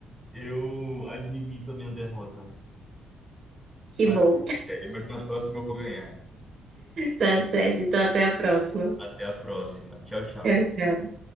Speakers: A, in the centre; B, on the right.
A: Eu admito a minha derrota.
B: Que
A: Parabéns,
B: bom.
A: sério, mas na próxima eu vou ganhar.
B: Tá certo, então até a próxima.
A: Até a próxima. Tchau, tchau.
B: Tchau, tchau.